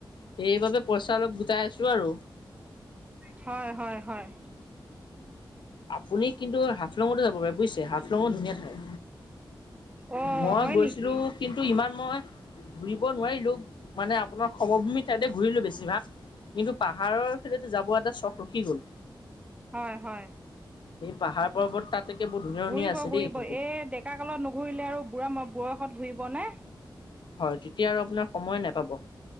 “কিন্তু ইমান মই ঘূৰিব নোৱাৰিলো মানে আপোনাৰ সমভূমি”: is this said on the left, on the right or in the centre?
Left